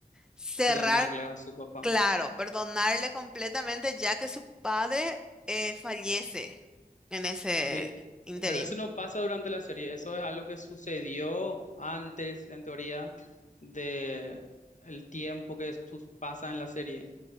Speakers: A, in the centre; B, on the left (about 50°).
A: cerrar
B: perdonarle a su papá.
A: Claro, perdonarle completamente ya que su padre eh, fallece en ese
B: Eh,
A: interim.
B: Pero eso no pasa durante la serie, eso es algo que sucedió antes, en teoría, de el tiempo que su- pasa en la serie.